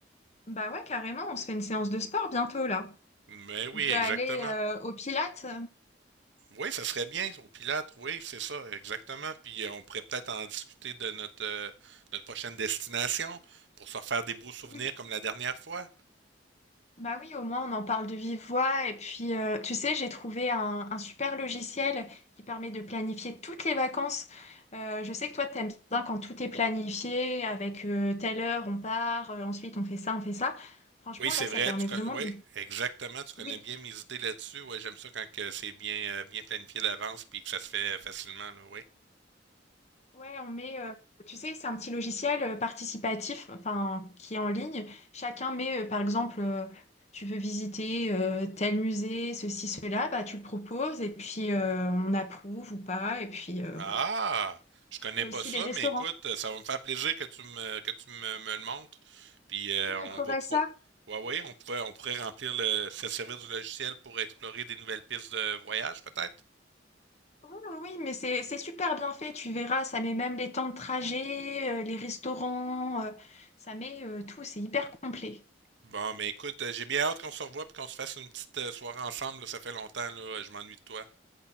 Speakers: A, on the left; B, on the right.
A: Bah ouais, carrément, on se fait une séance de sport bientôt là.
B: Mais oui,
A: On peut
B: exactement.
A: aller euh, au Pilates.
B: Oui, ça serait bien au pilote. Oui, c'est ça, exactement. Puis euh, on pourrait peut-être en discuter de notre, euh, notre prochaine destination pour se faire des beaux souvenirs
A: Oui.
B: comme la dernière fois.
A: Bah oui, au moins on en parle de vive voix. Et puis, euh, tu sais, j'ai trouvé un, un super logiciel qui permet de planifier toutes les vacances. Euh, je sais que toi, t'aimes bien quand tout est planifié, avec euh, telle heure on part, euh, ensuite on fait ça, on fait ça. Franchement,
B: Oui, c'est
A: là, ça
B: vrai.
A: permet
B: Tu con-
A: vraiment
B: Oui,
A: de...
B: exactement. Tu connais
A: Oui.
B: bien mes idées là-dessus. Oui, j'aime ça quand que c'est bien, euh, bien planifié d'avance puis que ça se fait euh, facilement, là, oui.
A: Ouais, on met, euh, tu sais, c'est un petit logiciel euh, participatif, enfin, qui est en ligne. Chacun met, euh, par exemple, euh, tu veux visiter euh, tel musée, ceci, cela, bah, tu le proposes et puis euh, on approuve ou pas. Et puis euh,
B: Ah!
A: voilà.
B: Je connais
A: Il y a
B: pas
A: aussi
B: ça,
A: les restaurants.
B: mais écoute, ça va me faire plaisir que tu me, que tu me, me le montres. Puis euh,
A: Je te montrerai
B: on va pouvoir.
A: ça.
B: Ouais, ouais, on pouvait, on pourrait remplir le, se servir du logiciel pour explorer des nouvelles pistes de voyage, peut-être.
A: Oui, oui, oui, mais c'est c'est super bien fait. Tu verras, ça met même les temps de trajet, euh, les restaurants, euh, ça met euh, tout. C'est hyper complet.
B: Bon, mais écoute, euh, j'ai bien hâte qu'on se revoie puis qu'on se fasse une petite euh, soirée ensemble, là. ça fait longtemps, là, je m'ennuie de toi.